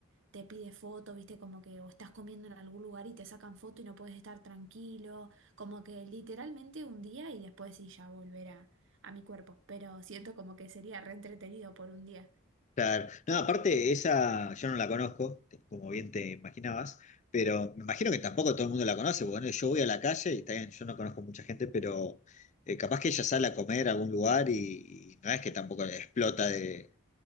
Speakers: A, on the right; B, on the left.
A: te pide foto, viste, como que o estás comiendo en algún lugar y te sacan foto y no puedes estar tranquilo, como que literalmente un día y después sí ya volver a, a mi cuerpo, pero siento como que sería re entretenido por un día.
B: Claro. No, aparte, esa yo no la conozco, te- como bien te imaginabas, pero me imagino que tampoco todo el mundo la conoce. porque, Bueno, yo voy a la calle y está bien, yo no conozco mucha gente, pero eh, capaz que ella sale a comer a algún lugar y, y no es que tampoco explota de,